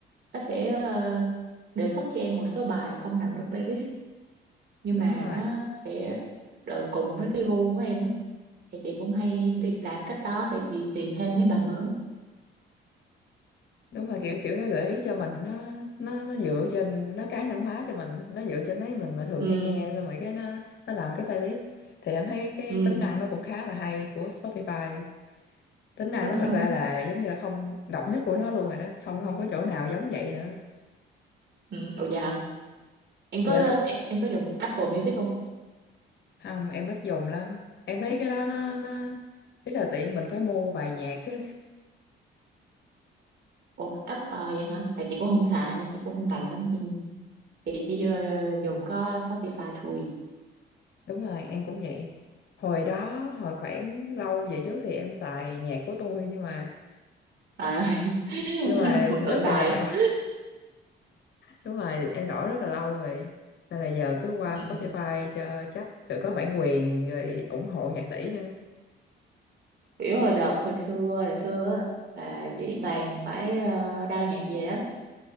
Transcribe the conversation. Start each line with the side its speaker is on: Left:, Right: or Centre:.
Right: nó sẽ ờ, đề xuất cho em một số bài không nằm trong playlist nhưng
Left: Đúng
Right: mà
Left: rồi.
Right: nó sẽ đờ- cùng với cái gu của em á thì chị cũng hay đi làm cách đó để chị tìm thêm mấy bài mới
Left: đúng rồi kiểu kiểu nó gợi ý cho mình nó nó nó dựa trên nó cá nhân hóa cho mình nó dựa trên mấy mình mà thường
Right: ừ
Left: hay nghe xong rồi cái nó nó làm cái playlist thì em thấy cái
Right: ừ
Left: tính năng nó cũng khá là hay của Spotify tính năng
Right: đúng
Left: nó thật
Right: đúng
Left: ra là giống như là không độc nhất của nó luôn rồi đó không không có chỗ nào giống vậy nữa
Right: ừ ồ dạ hả em có
Left: dạ đ-
Right: em, em có dùng Apple Music không
Left: không em ít dùng lắm em thấy cái đó nó nó ý là tiện mình phải mua bài nhạc á
Right: Ủa, app ờ, vậy hả? Tại chị cũng không xài nên chị cũng không rành lắm. <laughs> Chị chỉ vô- dùng có Spotify thôi.
Left: đúng rồi em cũng vậy hồi đó hồi khoảng lâu về trước thì em xài nhạc của tôi nhưng mà
Right: Trời ơi. <laughs>
Left: nhưng mà
Right: Một tượng
Left: rất
Right: đài.
Left: là đỏ đúng rồi em đổi rất là lâu rồi nên là giờ cứ qua
Right: Ừ.
Left: Spotify cho chắc rồi có bản quyền rồi ủng hộ nhạc sĩ nữa
Right: Kiểu hồi đợt hồi xưa, hồi xưa á, là chị toàn phải uh, đao nhạc về á.